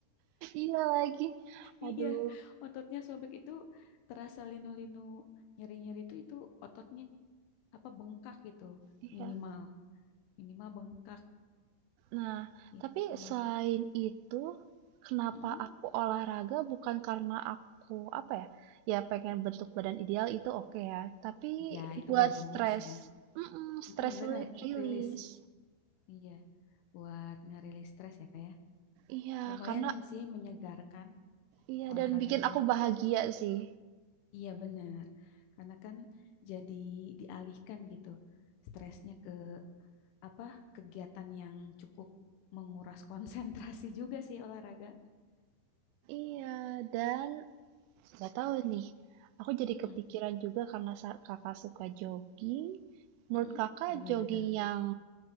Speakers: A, on the right (about 85°); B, on the left (about 80°).
A: Iya lagi. Aduh,
B: Iya, ototnya sobek itu terasa linu-linu nyeri-nyeri itu itu ototnya apa bengkak gitu
A: iya.
B: minimal minimal bengkak
A: Nah,
B: itu.
A: tapi selain itu, kenapa
B: Mm-mm.
A: aku olahraga bukan karena aku apa ya? Ya pengen bentuk badan ideal itu oke ya, tapi
B: Iya itu
A: buat
B: bonus
A: stres,
B: ya.
A: mm stres
B: Mm-mm, bener
A: reli- release.
B: rilis. Iya buat ngerilis stres ya kayak.
A: Iya,
B: Lumayan
A: karena
B: sih menyegarkan
A: iya
B: olahraga
A: dan bikin
B: tuh.
A: aku bahagia sih.
B: Iya bener karena kan jadi dialihkan gitu stresnya ke apa kegiatan yang cukup menguras <laughs> konsentrasi juga sih olahraga.
A: Iya, dan nggak tahu nih. Aku jadi
B: Mm-mm.
A: kepikiran juga karena sa- kakak suka jogging. Menurut
B: Mm-mm.
A: kakak
B: Gimana
A: jogging
B: tuh?
A: yang